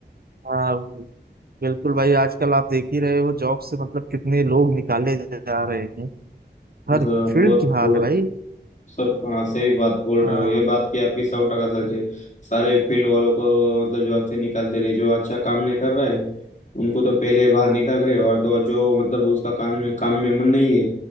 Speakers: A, on the right (about 55°); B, on the left (about 40°).
A: हाँ बिल्कुल भाई आजकल आप देख ही रहे हो जॉब से मतलब कितने लोग निकाले जा रहे हैं हर
B: तो
A: फील्ड
B: बहुत
A: की हाल
B: बहुत
A: है भाई
B: सब हाँ सही बात बोल
A: हाँ
B: रहे हो ये बात की आपकी सौ टका सच है सारे फील्ड वालों को मतलब जॉब से निकाल दे रहे जो अच्छा काम नहीं कर रहा है उनको तो पहले बाहर निकाल रहे और तो और जो मतलब उसका काम में काम में मन नहीं है